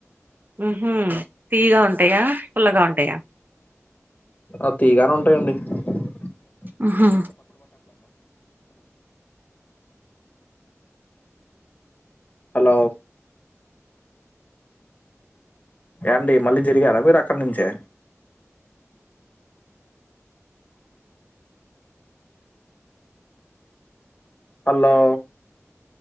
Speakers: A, on the right; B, on the left.
A: ఉహూ తీయగా ఉంటాయా పుల్లగా ఉంటాయా
B: ఆ తీయగానే ఉంటాయండి పుల్లగుంటే పచ్చ
A: ఊహూ
B: హలో ఏండి మళ్ళీ జరిగారా మీరు అక్కడి నుంచే హలో